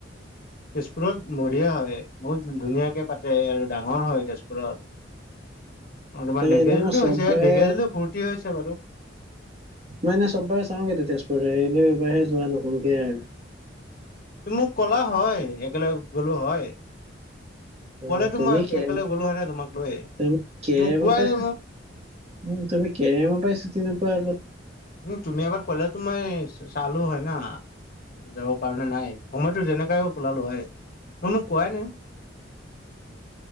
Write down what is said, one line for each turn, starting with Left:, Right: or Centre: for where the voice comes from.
Left: তেজপুৰত বহিয়া হয় বহুত ধুনীয়াকে পাতে আৰু ডাঙৰ হয়, তেজপুৰত।
Right: <inaudible>
Left: অলমান ঢেকীয়াজুলিত
Right: এনে মই চববাৰে
Left: হৈছে, ঢেকীয়াজল ফূৰ্তি হৈছে বাৰু।
Right: মই এনেই চবাৰে চাওঁ গে তেতিয়া তেজপুৰৰে এনে এইবাৰহে যোৱা নহলগে আৰু।
Left: তুমি মোক ক'লা হয়, একেলগ গ'লো হয়।
Right: অ'
Left: ক'লেতো
Right: তুমি
Left: মই
Right: কে
Left: একেলগে গ'লো হয় না তোমাক লৈ
Right: তুমি কেৰে
Left: তুমি কোৱাই
Right: ম পাই
Left: নাই মোক
Right: উম, তুমি কেৰেম পৰা চুতি নোুপোৱা আৰু
Left: উম, তুমি এবাৰ ক'লেতো মই চালো হয় ন। যাবৰ পাৰণে নাই, সময়তো যেনেকাই ওলালো হয়। তই কো কোৱাই নাই।
Right: <unintelligible>